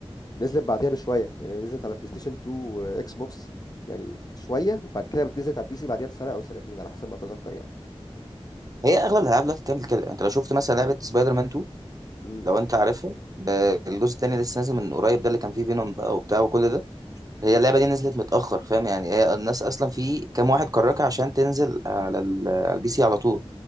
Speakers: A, on the left; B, on the right.
A: نزلت بعديها بشويه يعني نزلت على بلاي ستيشن 2 واكس بوكس يعني شويه وبعد كده بتنزلت على البي سي بعديها بسنه او سنتين على حسب ما اتذكر يعني
B: هي اغلب الالعاب دلوقتي بتعمل كده انت لو شفت مثلا لعبه سبايدر مان
A: امم
B: لو انت عارفه آه، الجزء التاني لسه نازل من قريب ده اللي كان فيه فينوم بقى وبتاع وكل ده هي اللعبه دي نزلت متاخر فاهم يعني هي الناس اصلا في كام واحد كركها عشان تنزل على ال- على البي سي على طول